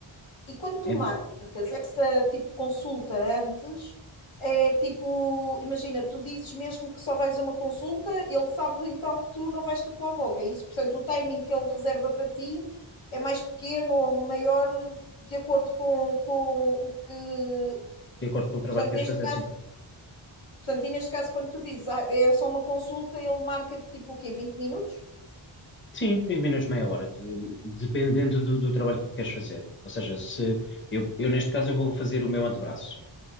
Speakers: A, on the left (about 75°); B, on the left (about 25°).
A: E quando tu
B: Em-
A: marcas essa tipo consulta antes, é tipo, imagina, tu dizes mesmo que só vais a uma consulta, ele sabe então que tu não vais tatuar logo, é isso? Portanto, o timing que ele reserva para ti é mais pequeno ou maior de acordo com, com o que.
B: De acordo com o trabalho
A: Portanto,
B: que queres
A: neste
B: fazer,
A: caso,
B: sim.
A: portanto, e neste caso, quando tu dizes ah, é só uma consulta, ele marca tipo o quê? 20 minutos?
B: Sim, 20 minutos, meia hora, de- dependendo do, do trabalho que queres fazer. Ou seja, se eu, eu, neste caso eu vou fazer o meu antebraço.